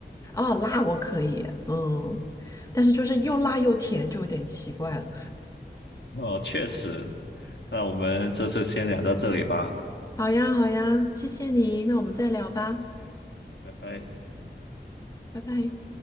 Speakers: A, on the left; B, on the left.
A: 哦，辣我可以，嗯，但是就是又辣又甜，就有点奇怪了。
B: 哦，确实。那我们这次先聊到这里吧。
A: 好呀，好呀，谢谢你，那我们再聊吧，
B: 谢谢，拜拜。
A: 拜拜。